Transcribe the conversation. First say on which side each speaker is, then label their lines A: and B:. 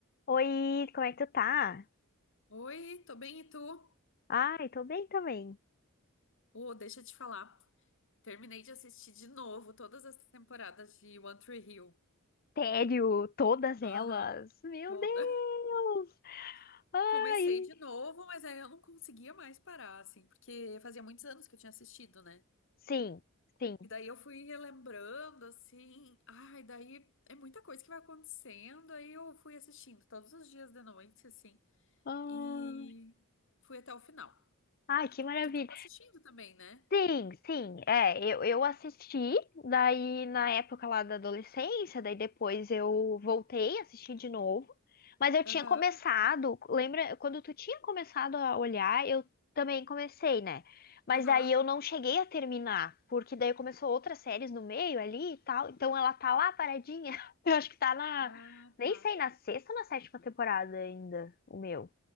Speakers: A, on the left; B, on the left.
A: Oi, como é que tu tá?
B: Oi, tô bem e tu?
A: Ai, tô bem também.
B: Oh, deixa eu te falar. Terminei de assistir de novo todas as temporadas de One Tree Hill.
A: Tédio, todas elas.
B: Aham,
A: Meu
B: toda.
A: Deus!
B: <laughs>
A: Ai!
B: Comecei de novo, mas aí eu não conseguia mais parar, assim, porque fazia muitos anos que eu tinha assistido, né?
A: Sim, sim.
B: E daí eu fui relembrando, assim. Ai, daí é muita coisa que vai acontecendo. Aí eu fui assistindo todos os dias de noite, assim,
A: Ah,
B: e fui até o final.
A: Ai, que maravilha.
B: Tu tava assistindo também, né?
A: Sim, sim, é, eu, eu assisti, daí na época lá da adolescência, daí depois eu voltei, assisti de novo, mas eu tinha
B: Aham,
A: começado, lembra, quando tu tinha começado a olhar, eu também comecei, né? Mas
B: aham.
A: daí eu não cheguei a terminar, porque daí começou outras séries no meio ali e tal, então ela tá lá paradinha, <laughs> eu acho que tá na,
B: Ah,
A: nem
B: tá.
A: sei, na sexta ou na sétima temporada ainda, o meu,